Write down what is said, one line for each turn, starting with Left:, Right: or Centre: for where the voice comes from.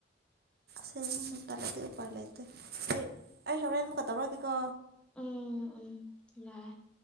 Right: ꯁꯦ ꯇꯂꯗꯤ ꯄꯥꯏ ꯂꯩꯇ ꯑꯩ ꯑꯩ ꯁꯕꯔ ꯌꯥꯅ ꯃꯀ ꯇꯧꯕꯔ ꯀꯦ ꯀꯣ
Centre: ꯎꯝ ꯎꯝ ꯂꯥꯛꯏ